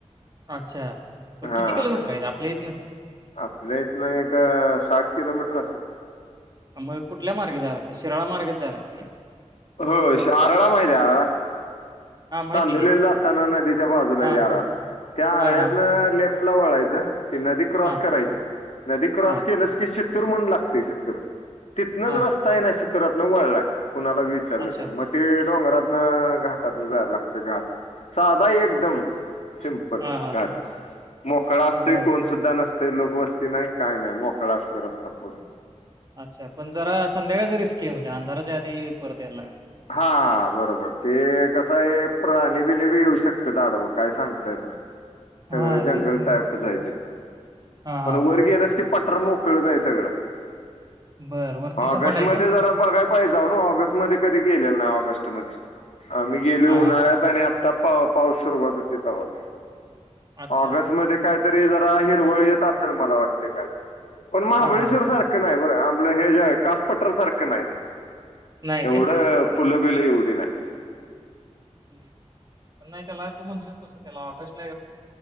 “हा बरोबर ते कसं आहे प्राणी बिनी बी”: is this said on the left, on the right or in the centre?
Left